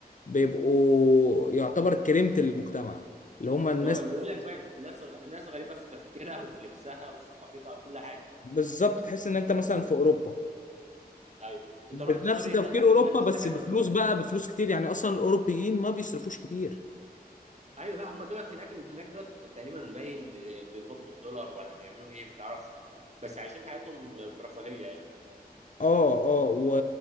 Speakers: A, on the left; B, on the right.
A: بيبقوا يعتبر كريمة المجتمع اللي هم الناس
B: هو بيقول لك بقى ناس غ... ناس غريبه في تفكيرها وفي لبسها وفي ثقافتها وكل حاجه
A: بالظبط تحس ان انت مثلا في اوروبا
B: ايوه انت
A: بنفس
B: رحت قريه
A: تفكير
B: هناك قبل
A: اوروبا
B: كده في الساحل
A: بس بفلوس
B: ولا ما
A: بقى بفلوس كتير يعني اصلا الاوروبيين ما بيصرفوش كتير
B: ايوه لا هم دولت هناك اللي هناك دولت تقريبا باين ب- بيقبضوا بالدولار ولا بيعملوا ايه ما تعرفش بس عايشين حياتهم برفاهيه يعني
A: اه اه و